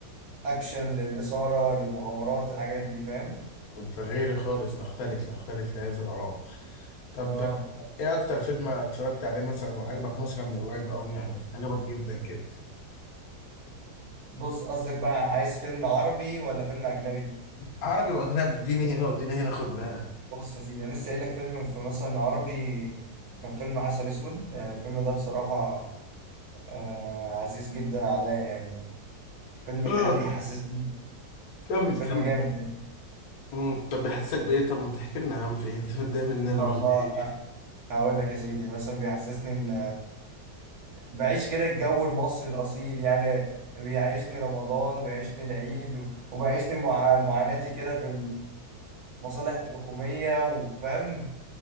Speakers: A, on the right (about 55°); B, on the left (about 65°).
A: للاكشن للاثاره للمغامرات الحاجات دي فاهم
B: انت غيري خالص نختلف نختلف في هذا الاراء طب
A: اه
B: ايه اكتر فيلم اتفرجت عليه مثلا وعجبك مثلا من قريب قوي يعني عجبك جدا كده
A: بص قصدك بقى عايز فيلم عربي ولا فيلم اجنبي
B: عربي واجنبي اديني هنا واديني هنا خبره يعني
A: بص يا سيدي انا لسه قايل لك فيلم في مثلا عربي كان فيلم عسل اسود آه، الفيلم ده بصراحه آه عزيز جدا عليا يعني فيلم
B: اه
A: كده بيحسسني
B: كمل
A: فيلم
B: كمل
A: جامد ده
B: مم، طب بحسك بايه طب ما تحكي لنا يا عم في إيه؟ انت متضايق مننا
A: بقى-
B: ولا
A: ما
B: ايه
A: هقول لك يا سيدي مثلا بيحسسني ان بعيش كده الجو المصري الاصيل يعني بيعيشني رمضان بيعيشني العيد و- وبيعيشني مع... معاناتي كده في المصالح الحكومية وفاهم